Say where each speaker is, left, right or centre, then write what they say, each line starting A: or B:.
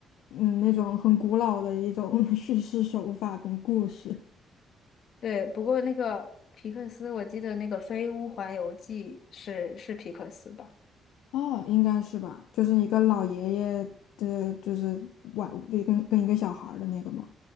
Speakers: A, on the left; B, on the left.
A: 嗯那种很古老的一种 <laughs> 叙事手法跟故事。
B: 对，不过那个皮克斯，我记得那个《飞屋环游记》是是皮克斯吧？
A: 哦，应该是吧，就是一个老爷爷的，就是玩，就跟跟一个小孩儿的那个嘛。